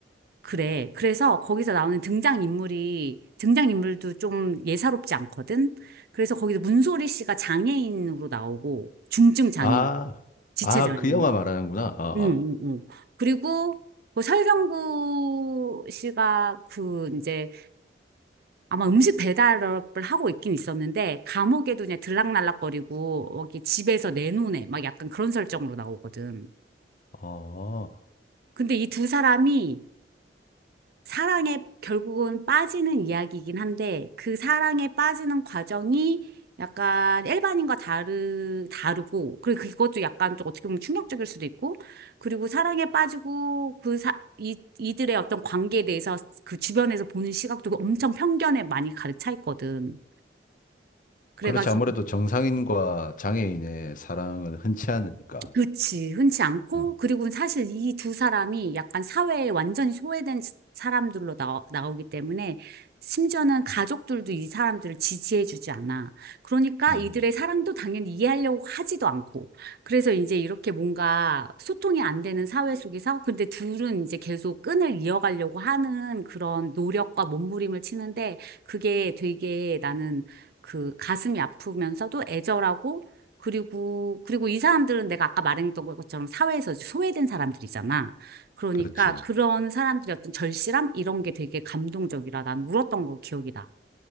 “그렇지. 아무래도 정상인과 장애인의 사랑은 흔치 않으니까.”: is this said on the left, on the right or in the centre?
Left